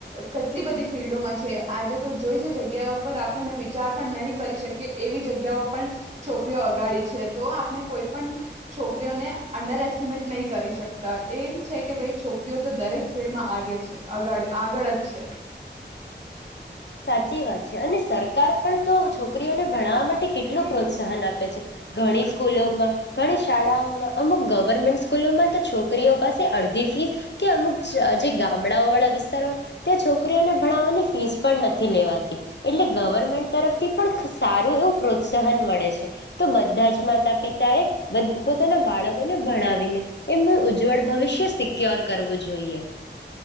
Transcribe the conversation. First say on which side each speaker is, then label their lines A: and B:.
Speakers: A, on the right; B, on the left.
A: કેટલી બધી ફિલ્ડોમાં છે. આજે તો જોઈ જે જગ્યાઓ પર આપણને વિચાર પણ નહી કરી શકીએ એવી જગ્યાઓ પણ છોકરીઓ અગાડી છે તો આ કોઈ પણ છોકરીઓને અંડર એસ્ટિમેટ નહી કરી શકતા. એમ છે કે ભાઈ છોકરીઓ તો દરેક ફિલ્ડમાં આગે છે અગાડ આગળ જ છે.
B: સાચી વાત છે અને સરકાર પણ તો છોકરીઓને ભણાવવા માટે કેટલું પ્રોત્સાહન આપે છે. ઘણી સ્કૂલોમાં, ઘણી શાળાઓમાં, અમુક ગવર્મેન્ટ સ્કૂલોમાં તો છોકરીઓ પાસે અડધી ફીસ કે અમુક જે ગામડાઓ વાળા વિસ્તારો ત્યાં છોકરીઓને ભણાવવાની ફીસ પણ નથી લેવાતી. એટલે ગવર્મેન્ટ તરફથી પણ સારું એવું પ્રોત્સાહન મળે છે. તો બધા જ માતા પિતા એ પોતાના બાળકોને ભણાવીને એમનું ઉજ્જવળ ભવિષ્ય સિક્યોર કરવું જોઈએ.